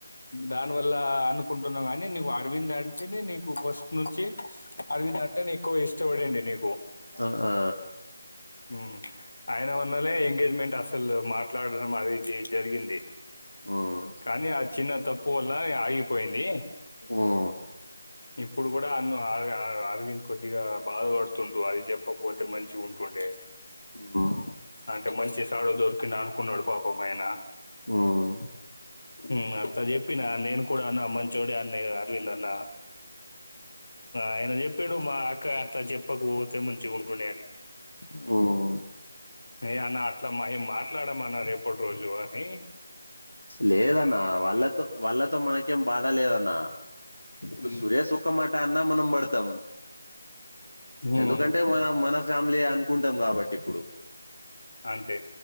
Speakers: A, on the left; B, on the left.
A: దానివల్ల అనుకుంటున్నావు కానీ నీకు అరవింద్ అంటేనే నీకు ఫస్ట్ నుంచి అరవింద్ అంటే ఎక్కువ ఇష్టపడండి నీకు
B: ఆ ఆ
A: హ్మ్. ఆయన వన్నాలే ఎంగ మెంట్ అసలు మా మాట్లాడడం అది గి జరిగింది
B: ఉమ్
A: కానీ అది చిన్న తక్కు వల్ల అయిమ్ పోయింది
B: ఉమ్
A: ఇప్పుడు కూడా అన్ను ఆర్ ఆర్ అరవింద్ కొద్దిగా బాధవడు తుండు అది చెప్పకపోతే మంచిగా ఉంటుండే
B: ఉమ్
A: అంటే మంచి సాడో దొరికింది అనుకున్నాడు పాపం ఆయన
B: ఉమ్
A: ఉ అత్త చెప్పిన నేను కూడా అన్నా మంచోడే అన్న అరవింద్ అన్న ఆయన చెప్పిండు మా అక్క అత్త చెప్ పకువోతే మంచిగాగుంటుండే అని
B: ఆఓ
A: ఏ అన్న అట్లా ఏమ్ మాట్లాడము అన్న రేపటి రోజు జువాని
B: లేదన్న వాళ్ళతో వాళ్ళతో మనకి ఏమ్ బాధ లేద్ అన్ నా ఇప్పుడు
A: హ్మ్.
B: సూరయష్ ఉక్క మాట్ ఆ అన్నా మనం పడుదాం
A: హ్మ్.
B: ఎందుకంటే మనం మన ఫ్యామిలీ అనుకుంటాం కాబట్టి ఇప్పుడు
A: అంతే